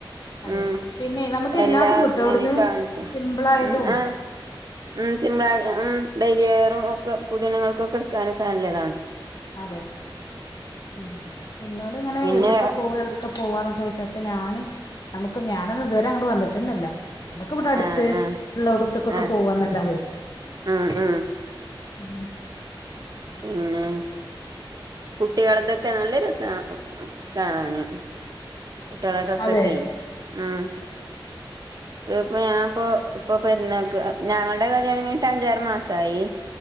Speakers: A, on the left; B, on the right.
A: അതെ
B: ഉം
A: പിന്നെ നമുക്ക്
B: എല്ലാ
A: എല്ലാതും
B: <unintelligible>
A: കിട്ടും അവിടുന്ന്
B: കാണിച്ച്
A: സിമ്പിളായതും
B: ഉം ഏഹ് ഉം സിമ്പിളായതെ ഉം ഡെയ്ലി വെയറും ഒക്കെ പൊതു ഇനങ്ങൾക്കൊക്കെ എടുക്കാനൊക്കെ നല്ലതാണ്
A: അതെ ഉം എന്നോടിങ്ങനെ
B: പിന്നെ
A: എവിടൊക്കെ പോയെടുക് ക്കെ പോവാന്നൊക്കെ വെച്ചെ അപ്പ ഞാനെ നമുക്ക് ഞാനൊന്നും ഇതുവരെ അങ്ങട്ടെ വന്നിട്ടിന്നില്ല നമുക്കിവിട അടുത്ത്
B: ആഹ് ആഹ്
A: ഉള്ളോടുത്തൊക്കെ
B: ആഹ്
A: പോവാന്നല്ലാതെ
B: ഉം ഉം
A: ഉം
B: പിന്നെ കുട്ടികൾത്തൊക്കെ നല്ല രസാ കാണാനെ കുട്ടികളെ ഡ്രസ്സൊക്കേ
A: അതെ
B: ഉം ഇപ്പൊ ഞാനിപ്പോ ഇപ്പൊ പെരുന്നാൾക്ക് ഞങ്ങൾടെ കല്യാണം കഴിഞ്ഞിട്ടഞ്ചാറു മാസായി